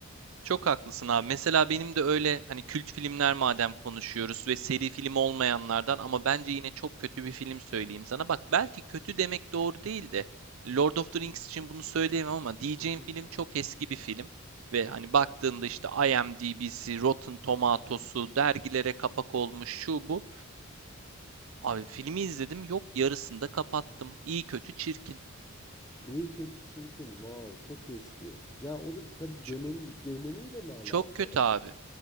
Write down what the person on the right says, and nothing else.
Çok haklısın abi. Mesela benim de öyle hani kült filmler madem konuşuyoruz ve seri film olmayanlardan ama bence yine çok kötü bir film söyleyeyim sana. Bak belki kötü demek doğru değil de Lord of the Rings için bunu söyleyemem ama diyeceğim
film çok eski bir film. Ve hani baktığımda işte IMDb'si, Rotten Tomatoes'u, dergilere kapak olmuş şu bu. Abi filmi izledim yok yarısında kapattım. İyi kötü çirkin.
Ç-
Çok kötü abi.